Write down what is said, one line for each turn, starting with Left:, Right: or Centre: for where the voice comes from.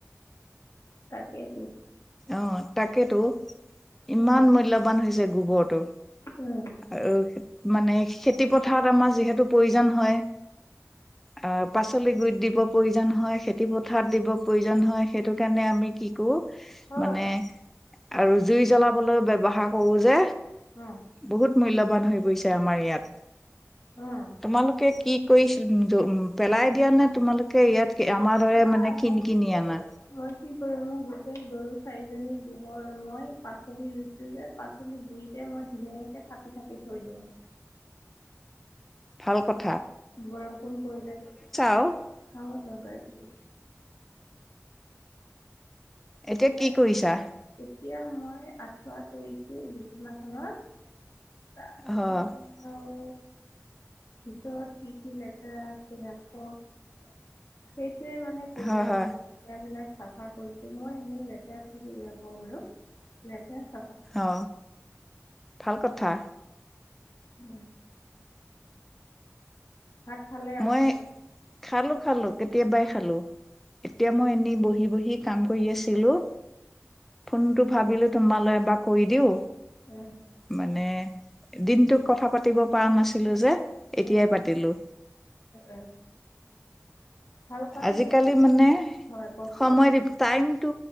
Left: তাকেই
Centre: অ', তাকেইতো, ইমান
Left: উম
Centre: মূল্যবান হৈছে গোবৰটো।
Left: উম
Centre: আৰু মানে খেতি পথাৰত আমাৰ যিহেত তু প্ৰয়োজন হয়, আ, পাচলি গুৰিত দিব প্ৰয়োজন হয় সেইটো খেতি পথাৰত দিব প্ৰয়োজন হয়, সেইটো কাৰণে আমি কি কৰোঁ
Left: অ',
Centre: মানে আৰু জুই জ্বলাবলৈ ব্যৱহাৰ কৰোঁ যে
Left: উম
Centre: বহুত মূল্যবান হৈ পৰিছে আমাৰ ইয়াত,
Left: উম
Centre: তোমালোকে কি কৰি-পেলাই দিয়া নে তোমালোকে ইয়াত আমাৰ
Left: <inaudible>
Centre: দৰে
Left: মই
Centre: মানে কিনি
Left: কি
Centre: কিনি
Left: কৰোঁ,
Centre: আনা
Left: মই কি কৰোঁ মোৰ গোটেই গৰু চাৰিজনীৰ গোবৰ মই পাচলি ৰুইছো যে, পাচলি গুৰিতে মই ধুনীয়াকে থাপি থাপি দি থৈ দিওঁ।
Centre: ভাল কথ
Left: বৰষুণ পৰিলেতো,
Centre: আৰু
Left: কামত লগাইছো <inaudible>
Centre: এতিয়া কি কৰিছা
Left: এতিয়া মই আঠ আঁঠুৱা তৰিছো বিছনাখনৰ, তাৰপিছত
Centre: হয়
Left: আৰু
Centre: <inaudible>
Left: ভিতৰত কি কি লেতেৰা আছিল আক সেই সেইটোৱে মানে কৰি
Centre: হয়
Left: আছো
Centre: হয়
Left: বিলাক চাফা কৰিছো মই এনে লেতেৰাত থাকিব ক বাৰু লেতেৰাত
Centre: অ ভাল কথা।
Left: উম। ভাত খালে
Centre: মই
Left: আপোনাৰ
Centre: খালো-খালো। কেতিয়াবাই খালো, এতিয়া মই এনে বহি-বহি কাম কৰি আছিলো। ফোনটো ভাবিলো তোমালৈ এবাৰ কৰি দিওঁ।
Left: এ,
Centre: মানে দিনটোক কথা পাতিব পৰা নাছিলো যে। এতিয়াই
Left: এ,
Centre: পাতিলো।
Left: এ, ভাল কামে
Centre: আজিকালি
Left: কৰি
Centre: মানে
Left: হয় কওকচোন
Centre: সময় টাইমটো